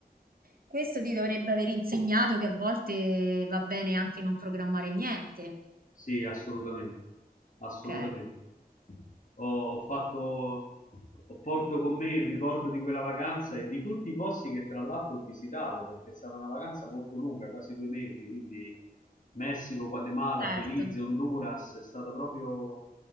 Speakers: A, on the right (about 65°); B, on the left (about 50°).
A: Questo ti dovrebbe aver insegnato che a volte va bene anche non programmare niente.
B: Sì, assolutamente, assolutamente.
A: Ok,
B: Ho, ho fatto, ho porto con me il ricordo di quella vacanza e di tutti i posti che tra l'altro ho visitato, perché è stata una vacanza molto lunga, quasi due mesi, quindi Messico, Guatemala,
A: certo.
B: Belize, Honduras, è stata proprio